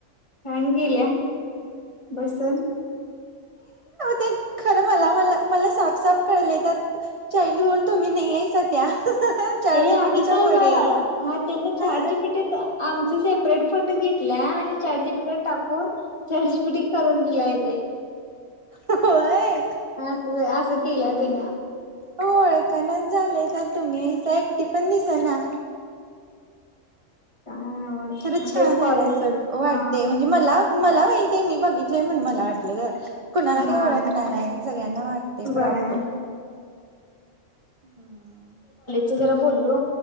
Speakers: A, on the left; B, on the right.
A: पाहून गेलीया बसून
B: ते खरं मला, मला, मला साफ-साफ कळलय त्यात चाईल्डहूड तुम्ही नाही आहेसा त्या. चाट
A: हे
B: जीपीटीच्या
A: आम्हीच आहे
B: पोरी
A: बाळा
B: आहेत.
A: हा त्यांनी
B: आ
A: चाटजीपीटीत आमचच हाय. <unintelligible> फोटो घेतलिया आणि चाटजीपिटी वर टाकून चाटजीपीटी करून दिलाय. ते
B: व्हय
A: हा असं असं केलं तिनं
B: होय त्यांन झालंय का तुम्ही? काय एकटी पण दिसना.
A: काय नव्हच
B: खरं छान
A: तेच कॉलेज
B: आल्यात सोड ओ वाटतय
A: हा
B: म्हणजे मला मला माहित ते मी बघितलंय म्हणून मला वाटलं ग कुणाला
A: हा
B: काय ओळखणार हाय सगळ्यांना वाटतय
A: बर
B: प्रॉपर. हम्म
A: तू जरा बोल हॅलो